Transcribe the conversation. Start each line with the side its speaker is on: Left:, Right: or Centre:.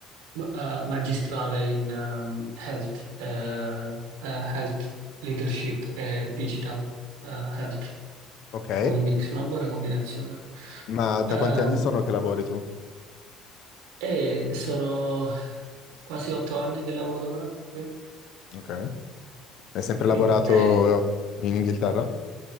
Right: eh, magistrale in ehm, health, eh, eh, health leadership e digital eh, health,
Left: Ok,
Right: un mix, una buona combinazione.
Left: ma da
Right: Ehm,
Left: quanti anni sono che lavori tu?
Right: e sono quasi otto anni che lavoro ora qui.
Left: Ok. Hai sempre lavorato
Right: Sì. È,
Left: in Inghilterra?